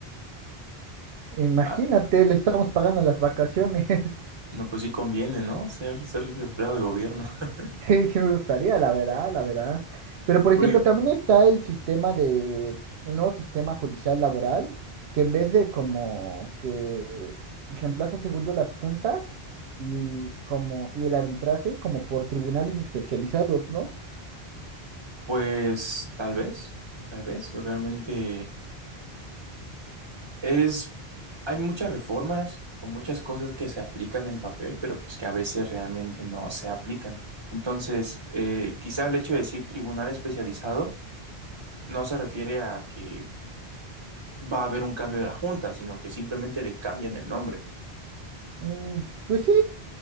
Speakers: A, on the right (about 80°); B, on the right (about 30°).
A: Imagínate,
B: Ah,
A: le estamos pagando las vacaciones. <laughs>
B: no, pues sí conviene, ¿no? Ser, ser empleado de gobierno. <laughs>
A: Sí, sí me gustaría, la verdad, la verdad. Pero, por
B: Y por
A: ejemplo,
B: ejemplo,
A: también está el sistema de, el nuevo sistema judicial laboral, que en vez de como que reemplaza segundo las juntas y como, y el arbitraje, como por tribunales especializados, ¿no?
B: pues tal vez, tal vez, realmente. Es, hay muchas reformas o muchas cosas que se aplican en papel, pero pues que a veces realmente no se aplican. Entonces, eh, quizá el hecho de decir tribunal especializado no se refiere a que va a haber un cambio de la junta, sino que simplemente le cambian el nombre.
A: Mm, pues sí,